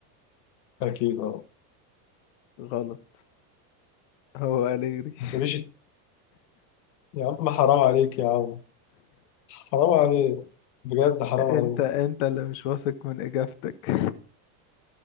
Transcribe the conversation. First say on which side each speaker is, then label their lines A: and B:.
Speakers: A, on the left; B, on the left.
A: اكيد اه
B: غلط هو أليجري <laughs>
A: ما تقوليش يا عم حرام عليك يا عم حرام عليك بجد حرام
B: أنت
A: عليك
B: أنت اللي مش واثق من إجابتك